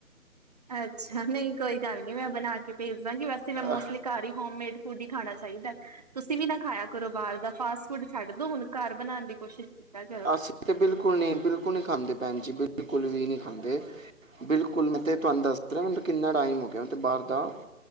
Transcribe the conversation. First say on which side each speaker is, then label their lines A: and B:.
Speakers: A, on the right (about 30°); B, on the right (about 65°).
A: ਅੱਛਾ ਨਹੀਂ, ਕੋਈ ਗੱਲ ਨੀ ਮੈਂ ਬਣਾ ਕੇ ਭੇਜਦਾਂਗੀ, ਵੈਸੇ ਮੈਂ ਮੋਸਟਲੀ
B: ਆਹ।
A: ਘਰ ਹੀ ਹੋਮੇਡ ਫੂਡ ਹੀ ਖਾਣਾ ਚਹੀਦਾ। ਤੁਸੀਂ ਵੀ ਨਾ ਖਾਇਆ ਕਰੋ ਬਾਹਰ ਦਾ ਫਾਸਟ ਫੂਡ ਛੱਡ ਦੋ ਹੁਣ ਘਰ ਬਣਾਉਣ ਦੀ ਕੋਸ਼ਿਸ਼ ਕੀਤਾ ਕਰੋ।
B: ਅਸੀਂ ਤੇ ਬਿਲਕੁਲ ਨਹੀਂ ਬਿਲਕੁਲ ਨਹੀਂ ਖਾਂਦੇ ਭੈਣ ਜੀ ਬਿਲਕੁਲ ਵੀ ਨੀ ਖਾਂਦੇ ਬਿਲਕੁਲ ਮੈਂ ਤੇ ਤੁਹਾਨੂੰ ਦੱਸ ਰਿਹਾ ਮੈ ਕਿੰਨਾ ਟਾਈਮ ਹੋ ਗਿਆ ਬਾਹਰ ਦਾ